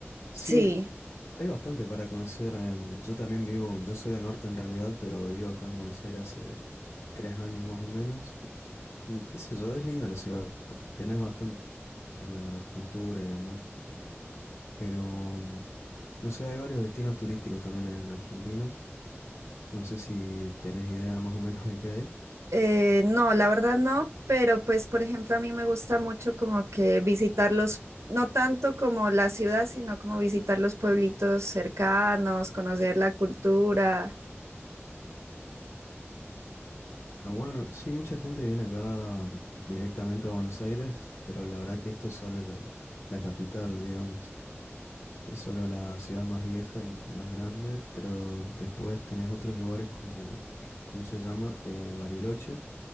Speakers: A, on the left (about 70°); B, on the right (about 80°).
A: Sí,
B: Sí,
A: hay bastante para conocer. em, yo también vivo, yo soy del norte en realidad, pero vivo acá en Buenos Aires hace tres años más o menos. Y qué sé yo, es linda la ciudad. p- Tenés bastante de la cultura y demás. Pero, mm, no sé, hay varios destinos turísticos también en Argentina. No sé si tenés idea más o menos de qué hay.
B: eh, no, la verdad no, pero pues por ejemplo a mí me gusta mucho como que visitar los, no tanto como la ciudad, sino como visitar los pueblitos cercanos, conocer la cultura.
A: Ah, Bueno, sí, mucha gente viene acá mm, directamente a Buenos Aires, pero la verdad que esto es solo la, la- la capital, digamos. Es solo la ciudad más vieja y más grande, pero después tenés otros lugares como, ¿cómo se llama? Eh, Bariloche,